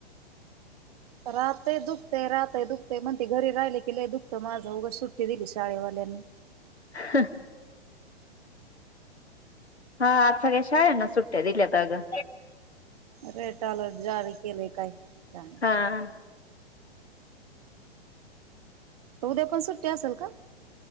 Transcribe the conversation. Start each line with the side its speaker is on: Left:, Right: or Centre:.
Right: राहतंय... दुखतेय... राहतय... दुखतय... म्हणती घरी राहिलं की लय दुखतं माझं... उगंच सुट्टी दिली शाळेवाल्यांनी
Left: हं. हा... आज सगळ्या शाळ्यांना सुट्या दिल्यात अगं
Right: रेड अलर्ट जारी केलेय काय... काय नाही
Left: हां.
Right: उद्या पण सुट्टी असल का?